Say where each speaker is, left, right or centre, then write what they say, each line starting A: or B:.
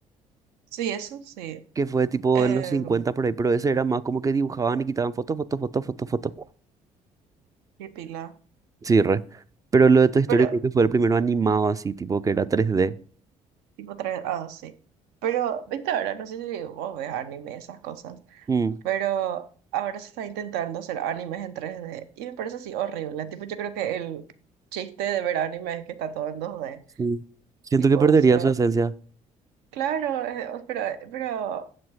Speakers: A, on the right; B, on the right.
A: Sí, eso sí.
B: que fue tipo
A: Eh,
B: en los 50 por ahí, pero ese era más como que dibujaban y quitaban fotos, fotos, fotos, fotos, fotos.
A: qué pila.
B: Sí, re. Pero lo de Toy Story
A: Pero,
B: creo que fue el primero animado así, tipo que era 3D.
A: tipo tres, ah, sí. Pero, viste ahora, no sé si vos ves anime, esas cosas.
B: Mm,
A: Pero ahora se está intentando hacer animes en tres d y me parece así horrible. Tipo, yo creo que el chiste de ver anime es que está todo en dos d
B: sí. Siento
A: Tipo,
B: que perdería
A: si no,
B: su esencia.
A: claro, eh, o- pero, eh, pero